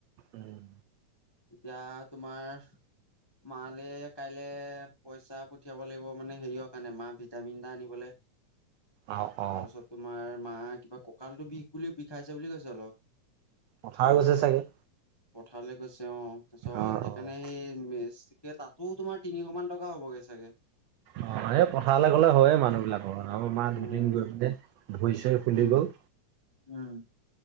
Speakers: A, on the right; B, on the left.
A: উম।
B: এতিয়া তোমাৰ মালে কাইলে পইচা পঠিয়াব লাগিব মানে হেৰিৰ কাৰণে মা ভিটামিন এটা আনিবলে।
A: অ' অ'
B: তাৰপিছত তোমাৰ মা কিবা কঁকালটো বিষ। পুলি বিষাইছে বুলি কৈছে অলপ
A: পথাৰ গৈছে চাগে?
B: পথাৰলে গৈছে অ তাৰপিছত
A: অ'
B: সেইকাৰণে
A: অ'।
B: মানে সেই মেজ তাতো তোমাৰ তিনিশ মান টকা হ'বগে চাগে?
A: অ এই পথাৰলে গলে হয়ে মানুহ বিলাকৰ আ মা
B: উম
A: দুদিন গৈ পিনে ধুৰিছো। ফুলি
B: উম
A: গ'ল।
B: উম।